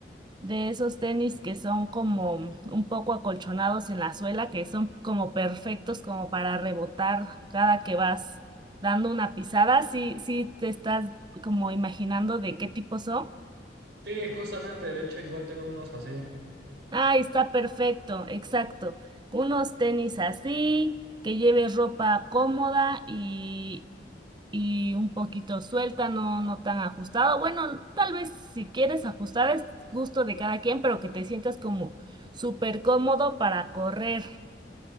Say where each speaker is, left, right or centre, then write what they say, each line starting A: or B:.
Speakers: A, on the right; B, on the right.
A: de esos tenis que son como un poco acolchonados en la suela, que son como perfectos como para rebotar cada que vas dando una pisada. Sí, sí te estás como imaginando de qué tipo son.
B: Sí, justamente, de hecho igual tengo unos así.
A: Ah, está perfecto, exacto. Unos tenis así, que lleves ropa cómoda y y un poquito suelta, no, no tan ajustado. Bueno, tal vez si quieres ajustar es gusto de cada quien, pero que te sientas como súper cómodo para correr.